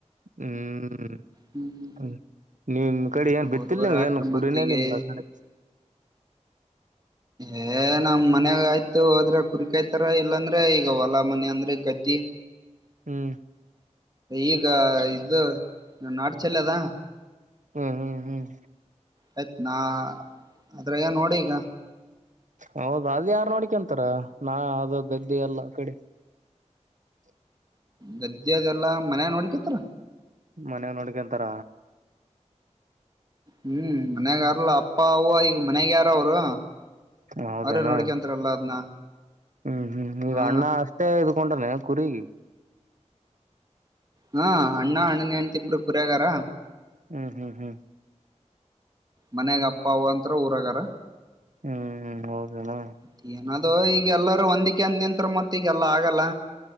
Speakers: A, on the right; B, on the right.
A: ಹ್ಮ.
B: ಹ್ಮ್ ಹ್ಮ್
A: ಹ್ಮ ನಿಮ ಕಡೆ ಏನ್
B: ಮೂರ್ವರೆ
A: ಬಿತ್ತಲ್ ನೀವ್
B: ಹಾಕ್ರ
A: ಏನ್ ಗುಡುನೆ
B: ಮತ್ತಿಗೆ
A: ನಿಮ್ಗ ಆ ಕಡೆ.
B: ಏ ನಮ್ ಮನ್ಯಾಗ ಆಯ್ತು ಹೋದ್ರೆ ಕುರಿಕಾಯ್ತಾರ ಇಲ್ಲಾಂದ್ರೆ ಈಗ ಹೊಲಾ ಮನ ಅಂದ್ರೆ ಗ <unintelligible>
A: ಹ್ಮ್.
B: ಈಗ ಇದು ನ ನಾಡ್ ಚಲ್ಲ ಅದಾ.
A: ಹ್ಮ್ ಹ್ಮ್ ಹ್ಮ್.
B: ಮತ್ತ್ ನಾ ಅದ್ರಾಗ ನೋಡಿ ಈಗ.
A: ಹೌದ ಅದ ಯಾರ್ ನೋಡಿಕ ಅಂತಾರ ನಾ ಅದು ಗದ್ದೆ ಎಲ್ಲ ಆ ಕಡೆ. <unintelligible>
B: ಗದ್ದೆದೆಲ್ಲಾ ಮನ್ಯಗ ನೋಡ್ಕತ್ರ.
A: ಮನ್ಯಾಗ ನೋಡ್ಕೋತಾರ.
B: ಹ್ಮ್ ಮನ್ಯಾಗಾರಲ್ಲ ಅಪ್ಪ ಅವ್ವ ಈಗ ಮನ್ಯಾಗ ಯಾರ ಅವರು.
A: ಹೌದೇನಾ
B: ಅವ್ರೇ ನೋಡ್ಕೋತಾರ ಎಲ್ಲಾ ಅದ್ನ.
A: ಹ್ಮ್ ಹ್ಮ್ ಈಗ
B: ಹಾ
A: ಅಣ್ಣ ಅಷ್ಟೇ ಇದ್ಕೊಂಡಾನೆ ಕುರಿಗ.
B: ಹಾ ಅಣ್ಣ ಅಣ್ಣನ ಹೆಂತಿ ಕುರ್ಯಗಾರ.
A: ಹ್ಮ್ ಹ್ಮ್ ಹ್ಮ್.
B: ಮನ್ಯಾಗ ಅಪ್ಪ ಅವ ಅಂತು ಊರಗಾರ
A: ಹ್ಮ್ ಹೌದೇನಾ
B: ಮತ್ತನ ಅದು ಈಗ ಎಲ್ಲರೂ ಒಂದಕ್ಕೆ ಅಂದ ನಿಂತ ಮತ್ತೆ ಈಗೆಲ್ಲ ಆಗಲ್ಲ